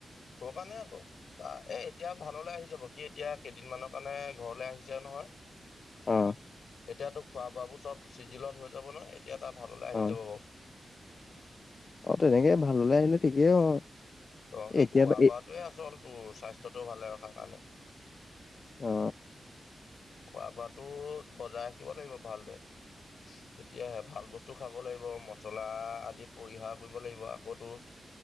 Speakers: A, on the left (about 80°); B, on the left (about 45°).
A: ক কাৰণে আকৌ এ এতিয়া ভাললৈ আহি যাব সি এতিয়া কেইদিনমানানৰ কাৰণে ঘৰলে আহিছে নহয়।
B: অ।
A: এতিয়াতো খোৱা বোৱাবোৰ চব চিজিলত হৈ যাব নহ এতিয়া তাৰ ভাললে আহি
B: অ
A: যাব বাৰ।
B: অ তেনেকে ভাল হলে আহিলে ঠিকেই অ।
A: ত সেই
B: এতিয়া
A: খোৱা
B: বা-
A: বোৱাাতোৱে
B: এ-
A: আচল তোৰ স্বাস্থ্যটো ও ভালে ৰখাৰ কাৰণে।
B: অ।
A: খোৱা বোৱাটো বজাই ৰাখিব লাগিব ভালদৰে। তেতিয়াহে ভাল বস্তু খাব লাগিব মচলা আদি পৰিহাৰ কৰিব লাগিব আকৌতো।